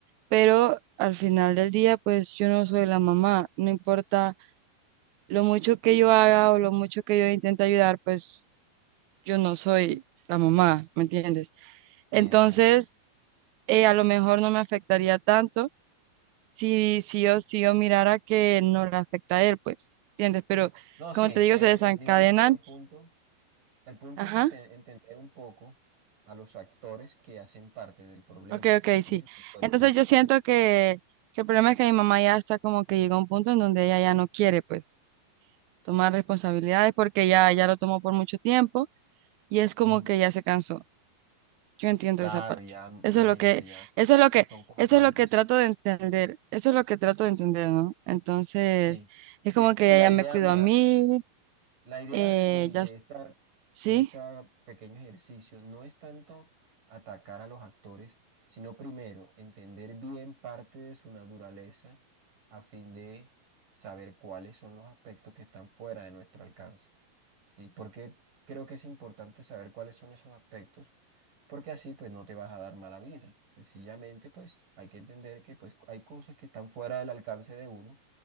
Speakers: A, on the right; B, on the right.
A: pero al final del día, pues yo no soy la mamá, no importa lo mucho que yo haga o lo mucho que yo intente ayudar, pues yo no soy la mamá, ¿me entiendes?
B: sí,
A: Entonces,
B: entiendo.
A: eh, a lo mejor no me afectaría tanto si sí o sí o mirara que no le afecta a él, pues, ¿entiendes? Pero
B: No,
A: como
B: sí, eh,
A: te digo,
B: eh,
A: se desencadenan.
B: digamos que el punto, el punto
A: Ajá,
B: es ente- entender un poco a los actores que hacen parte del problema,
A: ok, ok,
B: ¿sí?
A: sí.
B: Los actores
A: Entonces
B: principales.
A: yo siento que, que el problema es que mi mamá ya está como que llegó a un punto en donde ella ya no quiere, pues, tomar responsabilidades porque ya, ya lo tomó por mucho tiempo y es como
B: Ujú.
A: que ya se cansó. Yo entiendo
B: Claro,
A: esa parte.
B: ya, imagínate,
A: Eso es lo que,
B: ya son,
A: eso es lo que,
B: son cuatro
A: eso es lo
B: hijos.
A: que trato de entender, eso es lo que trato de entender, ¿no? Entonces,
B: Sí,
A: es
B: sí,
A: como que
B: sí, la
A: ella
B: idea,
A: ya me cuidó
B: mira,
A: a mí,
B: la idea
A: eh,
B: de, del-
A: ya,
B: de
A: s-
B: esta,
A: sí.
B: de este pequeño ejercicio no es tanto atacar a los actores, sino primero entender bien parte de su naturaleza a fin de saber cuáles son los aspectos que están fuera de nuestro alcance. Sí, porque creo que es importante saber cuáles son esos aspectos, porque así pues no te vas a dar mala vida. Sencillamente pues hay que entender que pues hay cosas que están fuera del alcance de uno